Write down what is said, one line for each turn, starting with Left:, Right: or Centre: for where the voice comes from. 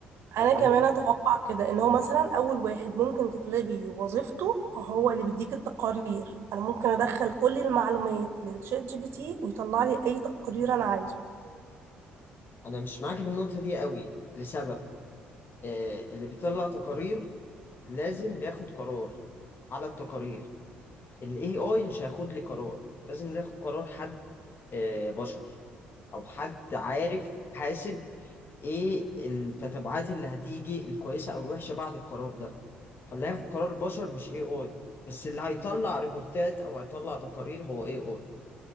Right: انا
Left: فاهماني
Right: كمان اتوقع كده ان هو مثلا اول واحد ممكن تتلغي وظيفته هو اللي بيديك التقارير انا ممكن ادخل كل المعلومات للشات جي بي تي ويطلع لي اي تقرير انا عايزه
Left: انا مش معاك في النقطة دي قوي لسبب آه، اللي بيطلع تقارير لازم بياخد قرار على التقارير ال AI مش هياخد لي قرار لازم ناخد قرار حد آه، بشر أو حد عارف حاسب إيه التتبعات اللي هتيجي الكويسة أو الوحشة بعد القرار ده فاللي هياخد قرار بشر مش AI بس اللي هيطلع ريبورتات أو هيطلع تقارير هو AI